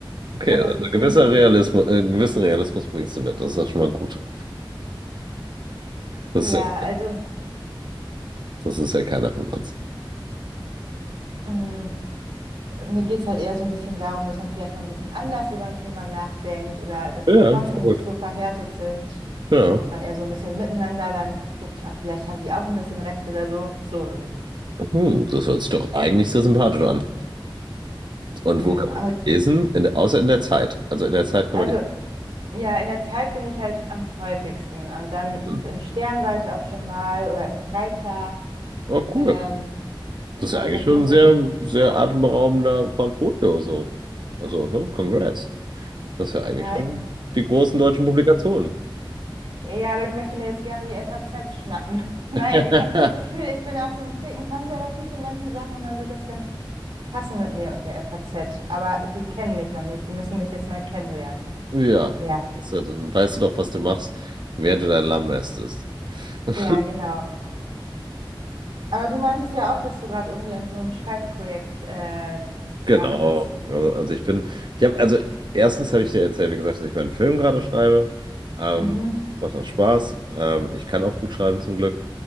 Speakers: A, on the right; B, on the right.
A: Okay,
B: ich habe
A: also
B: das Gefühl,
A: gewisser Realismus, äh, einen gewissen Realismus bringst du mit. Das ist doch schon mal gut. Das
B: ja,
A: ist ja,
B: also.
A: das ist ja keiner von uns.
B: mm, Mir geht es halt eher so ein bisschen darum, dass man vielleicht mal ein bisschen anders über ein Thema nachdenkt oder dass
A: Ja,
B: die Fronten
A: so gut.
B: nicht so verhärtet sind
A: Ja.
B: und man eher so ein bisschen miteinander dann guckt, ah, vielleicht haben die auch ein bisschen recht oder so, so irgendwie.
A: Hm, das hört sich doch eigentlich sehr sympathisch an. Und
B: Ja,
A: wo kann man
B: aber
A: dich lesen? In der, außer in der Zeit. Also in der Zeit kann
B: also
A: man dich
B: ja, in der Zeit bin ich halt am häufigsten und dann
A: lesen.
B: im Stern war ich auch schon mal oder im Freitag.
A: Oh, cool.
B: Ähm, jetzt
A: Das ist
B: habe
A: ja eigentlich
B: ich halt
A: schon
B: große,
A: ein sehr, sehr atemberaubender Portfolio so. Also, ne? Congrats. Das ist ja eigentlich
B: ja,
A: schon die großen deutschen Publikationen.
B: Ja, aber ich möchte mir jetzt gerne die FAZ schnappen, <laughs> weil
A: <laughs>
B: ich habe das Gefühl, ich bin auch so einen Ticken konservativ in manchen Sachen und dann wird das ganz gut passen mit mir und der FAZ. Aber die kennen mich noch nicht, die müssen mich jetzt mal kennenlernen.
A: Ja,
B: Ja,
A: ist ja, dann weißt du doch, was du machst, während du dein Lamm mästest. <laughs>
B: ja, genau. Aber du meintest ja auch, dass du gerade irgendwie an so einem Schreibprojekt äh,
A: Genau.
B: dran sitzt.
A: Also also ich bin, ich habe, also erstens habe ich dir erzählt, wie gesagt, dass ich meinen Film gerade schreibe. Ähm,
B: Mhm.
A: macht auch Spaß. Ähm, ich kann auch gut schreiben zum Glück.